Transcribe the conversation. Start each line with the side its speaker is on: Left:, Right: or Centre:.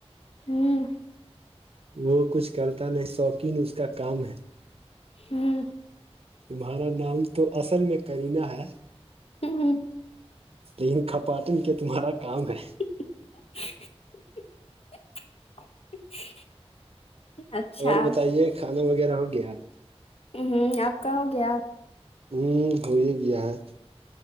Left: ہوں
Right: وہ کچھ کر نہیں شوقین اس کا کام ہے
Left: ہوں
Right: تمہارا نام تو اصل میں کرینہ ہے
Left: ہوں
Right: لیکن کپاٹن کے تمہارا کام ہے
Left: <unintelligible> اچھا
Right: اور بتائیے کھانا وغیرہ ہو گیا
Left: ہ ہوں آپ کااں ہو گیا
Right: ہوں ہو گیا ہے